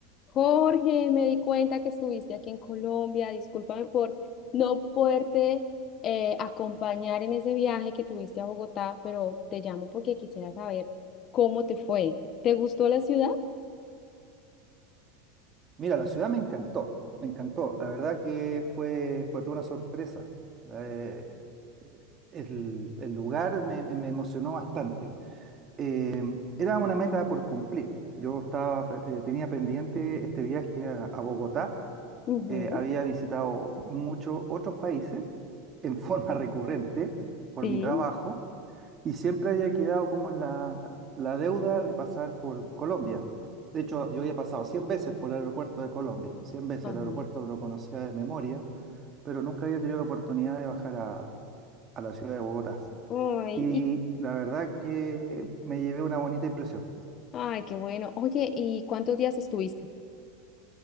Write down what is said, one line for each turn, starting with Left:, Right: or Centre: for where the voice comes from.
Left: Jorge, me di cuenta que estuviste aquí en Colombia. Discúlpame por no poderte eh, acompañar en ese viaje que tuviste a Bogotá, pero te llamo porque quisiera saber cómo te fue. ¿Te gustó la ciudad?
Right: Mira, la ciudad me encantó, me encantó. La verdad que fue, fue toda una sorpresa. Eh, eh, el, el lugar me, me- me emocionó bastante. Eh, era una meta por cumplir. Yo estaba, eh, tenía pendiente este viaje a, a Bogotá.
Left: Ujú,
Right: Eh, había visitado muchos otros países en forma <laughs> recurrente por
Left: Sí.
Right: mi trabajo y siempre había quedado como en la, la deuda de pasar por Colombia. De hecho, yo había pasado 100 veces por el aeropuerto de Colombia, cien veces
Left: Ajá.
Right: el aeropuerto lo conocía de memoria, pero nunca había tenido la oportunidad de bajar a, a la ciudad de Bogotá.
Left: Ay,
Right: Y
Left: ¿y
Right: la verdad que me llevé una bonita impresión.
Left: Ay, qué bueno. Oye, ¿y cuántos días estuviste?